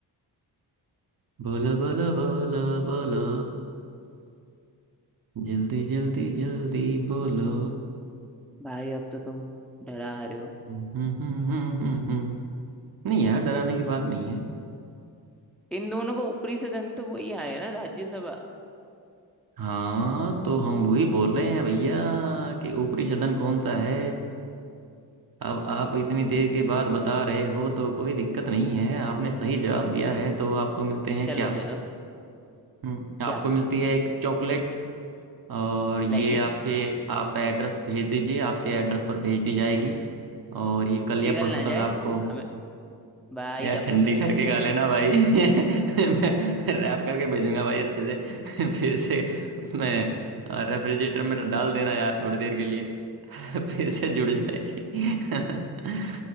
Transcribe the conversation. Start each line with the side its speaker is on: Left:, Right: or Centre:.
Right: बोलो बोलो बोलो बोलो जल्दी जल्दी जल्दी बोलो
Centre: भाई अब तो तुम डरा रहे हो
Right: हम्म, हम्म, हम्म, हम्म। हम्म, हम्म। नहीं यार डराने की बात नहीं है
Centre: इन दोनों को ऊपरी सदन तो वही आया ना राज्यसभा
Right: हाँ तो हम वही बोल रहे हैं भैया कि ऊपरी सदन
Centre: र-
Right: कौन सा है अब आप
Centre: तो
Right: इतनी देर के बाद बता रहे हो तो कोई दिक्कत नहीं है आपने सही जवाब दिया है तो आपको मिलते हैं
Centre: चलो
Right: क्या
Centre: चलो
Right: हम्म
Centre: क्या
Right: आपको मिलती है एक चॉकलेट और ये
Centre: लाइए
Right: आपके आप एड्रेस भेज दीजिए आपके एड्रेस पर भेज दी जाएगी और ये कल
Centre: पिघल
Right: या परसों
Centre: ना
Right: तक
Centre: जाए
Right: आपको
Centre: हमें भाई
Right: यार
Centre: तब
Right: ठंडी
Centre: तक तो पिघल
Right: करके
Centre: जाएगी
Right: खा लेना भाई <laughs> मैं रैप करके भेजूंगा भाई अच्छे से <laughs> फिर से उसमें रेफ्रिजरेटर में डाल देना यार थोड़ी देर के लिए <laughs> फिर से जुड़ जाएगी <laughs>